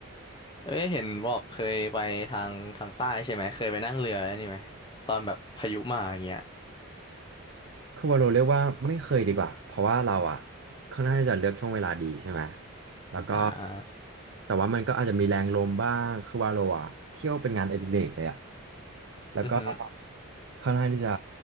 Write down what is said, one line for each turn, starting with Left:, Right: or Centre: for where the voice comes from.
Left: เอ้ยเห็นบอกเคยไปทางทางใต้ใช่ไหมเคยไปนั่งเรือนี่ไหมตอนแบบพายุมาอย่างเงี้ย
Right: คือว่าเราเรียกว่าไม่เคยดีกว่าเพราะว่าเราอ่ะค่อนข้างที่จะเลือกช่วงเวลาดีใช่ไหมแล้วก็
Left: อ่า
Right: แต่ว่ามันก็อาจจะมีแรงลมบ้างคือว่าเราอ่ะเที่ยวเป็นงานอดิเรกเลยอ่ะ แล้วก็
Left: อือหือ
Right: ค่อนข้างที่จะ